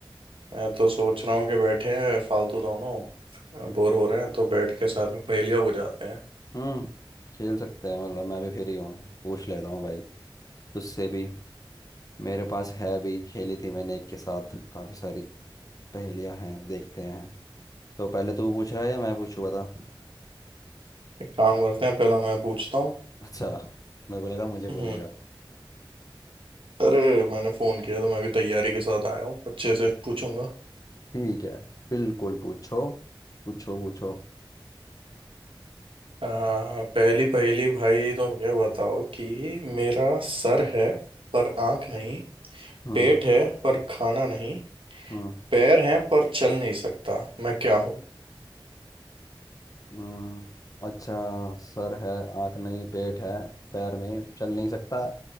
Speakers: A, on the right; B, on the left.
A: मैं तो सोच रहा हूँ कि बैठे हैं फालतू दोनों बोर हो रहे हैं तो बैठ के साथ में पहेलियाँ हो जाते हैं
B: हम्म खेल सकते हैं मतलब मैं भी फ्री हूँ पूछ लेता हूँ भाई तुझसे भी मेरे पास है भी खेली थी मैंने एक के साथ काफ़ी सारी पहेलियाँ हैं देखते हैं तो पहले तू पूछ रहा है या मैं पूछूँ बता
A: एक काम करते हैं पहला मैं पूछता हूँ
B: अच्छा मेरे को लगा मुझे
A: हम्म
B: बोलेगा
A: अरे मैंने फोन किया तो मैं भी तैयारी के साथ आया हूँ अच्छे से पूछूंगा
B: ठीक है बिल्कुल पूछो पूछो पूछो
A: आ, पहली पहेली भाई तुम ये बताओ कि मेरा सर है पर आंख नहीं
B: हम्म
A: पेट है पर खाना नहीं
B: हम्म
A: पैर हैं पर चल नहीं सकता मैं क्या हूँ
B: हम्म, अच्छा सर है आँख नहीं पेट है पैर नहीं चल नहीं सकता